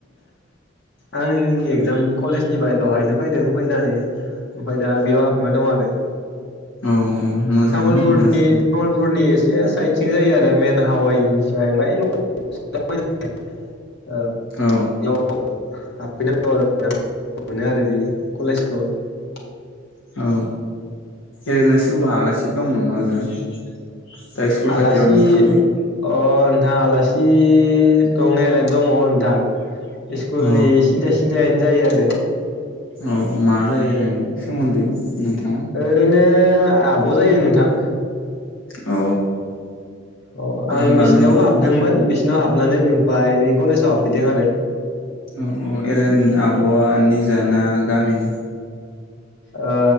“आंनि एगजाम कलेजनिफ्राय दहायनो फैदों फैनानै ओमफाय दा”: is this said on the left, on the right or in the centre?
Left